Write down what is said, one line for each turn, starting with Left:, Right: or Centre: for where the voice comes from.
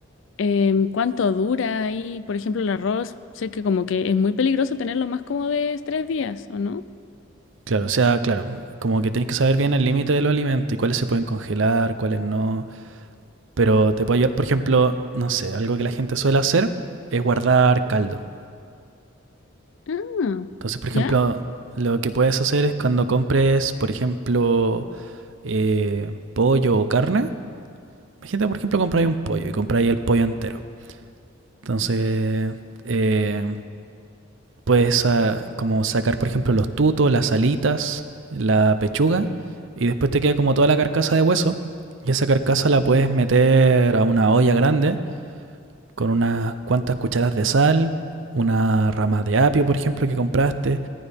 Left: Em, ¿cuánto dura ahí? Por ejemplo, el arroz, sé que como que es muy peligroso tenerlo más como de tres días, ¿o no?
Right: Claro, o sea, claro, como que tienes que saber bien el límite de los alimentos y cuáles se pueden congelar, cuáles no. Pero te puede ayudar, por ejemplo, no sé, algo que la gente suele hacer es guardar caldo.
Left: Ah,
Right: Entonces, por ejemplo,
Left: ¿ya?
Right: lo que puedes hacer es cuando compres, por ejemplo, eh, pollo o carne. Imagínate, por ejemplo, compráis un pollo y compráis el pollo entero. Entonces, eh, puedes ah, como sacar, por ejemplo, los tutos, las alitas, la pechuga, y después te queda como toda la carcasa de hueso. Y esa carcasa la puedes meter a una olla grande con unas cuantas cucharas de sal, una rama de apio, por ejemplo, que compraste,